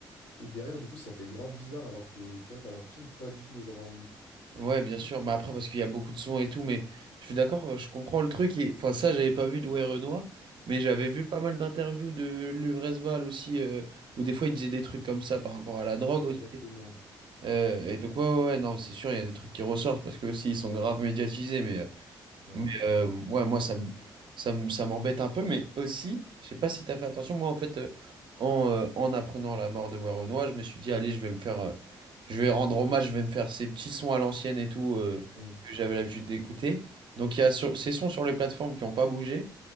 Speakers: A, on the left (about 85°); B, on the right (about 50°).
A: et derrière, du coup, ça fait grave bizarre alors que, tu vois, t'as l'impression de pas du tout les avoir vus.
B: Ouais, bien sûr. Bah après, parce qu'il y a beaucoup de sons et tout, mais je suis d'accord, euh, je comprends le truc. Et... Enfin, ça, j'avais pas vu d'Ouai Renoir, mais j'avais vu pas mal d'interviews de Luvresval aussi, euh, où des fois il disait des trucs comme ça par rapport à la drogue
A: Ouais,
B: aussi.
A: exactement.
B: Euh, et donc, ouais, ouais, ouais, non, c'est sûr, il y a des trucs qui ressortent parce que aussi ils sont grave médiatisés, mais. euh,
A: Ouais.
B: mais euh, ouais, moi, ça me, ça me- ça m'embête un peu, mais aussi, je sais pas si tu as fait attention, moi, en fait, euh, en, euh, en apprenant la mort de Werenoi, je me suis dit, allez, je vais me faire, euh, je vais rendre hommage, je vais me faire ces petits sons à l'ancienne et tout, euh,
A: Mm.
B: que j'avais l'habitude d'écouter. Donc, il y a sur- ces sons sur les plateformes qui n'ont pas bougé,